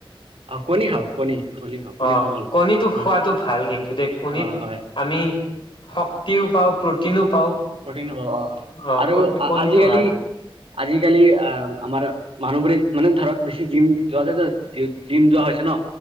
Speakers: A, on the right; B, on the left.
A: কণী খাওঁ। কণী, কণী খাওঁ। কণী
B: অ'
A: খাব লাগে।
B: কণীটো
A: উম!
B: খোৱাটো ভাল কিন্তু, দে কণীত
A: অ হয়
B: আমি, শক্তিও পাওঁ। প্ৰ'টিনো পাওঁ।
A: প্ৰটিন অ'! অ'!
B: অ'
A: আৰু
B: কণীটো
A: আজিকালি,
B: ভাল
A: আজিকালি আঁ আমাৰ মানুহ বোৰে মানে, ধৰক বেছি জিম যোৱা য জিম যোৱা হৈছে ন'।